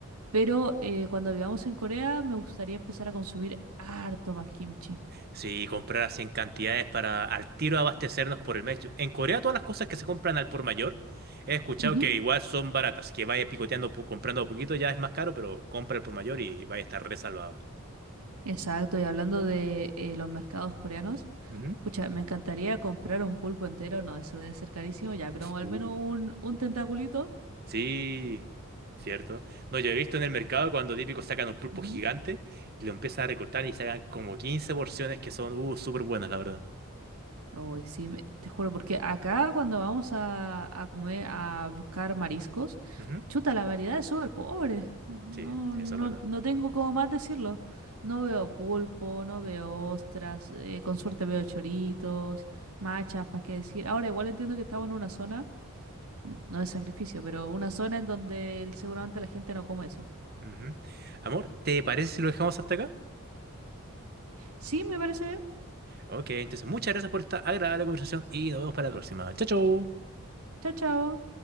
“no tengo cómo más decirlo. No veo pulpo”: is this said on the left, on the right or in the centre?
Right